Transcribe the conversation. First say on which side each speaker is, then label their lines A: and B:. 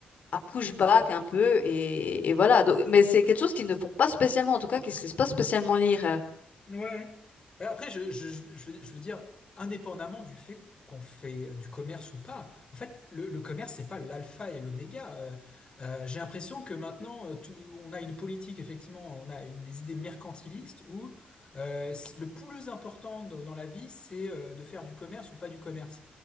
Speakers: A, on the left; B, on the left.
A: à push back un peu et, et voilà. Donc, mais c'est quelque chose qu'ils ne font pas spécialement, en tout cas, qu'ils ne se laissent pas spécialement lire. euh.
B: Ouais. Mais Après, je, je, je, je veux je veux dire, indépendamment du fait qu'on fait euh, du commerce ou pas, en fait, le, le commerce, c'est pas l'alpha et l'oméga. Euh, euh, j'ai l'impression que maintenant, euh, tout, on a une politique, effectivement, on a une, des idées mercantilistes où euh, c'est- le plus important de- dans la vie, c'est euh, de faire du commerce ou pas du commerce.